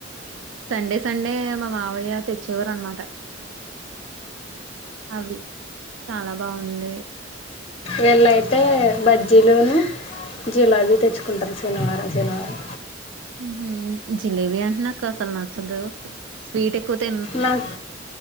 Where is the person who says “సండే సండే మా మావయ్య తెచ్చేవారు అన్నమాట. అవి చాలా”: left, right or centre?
Right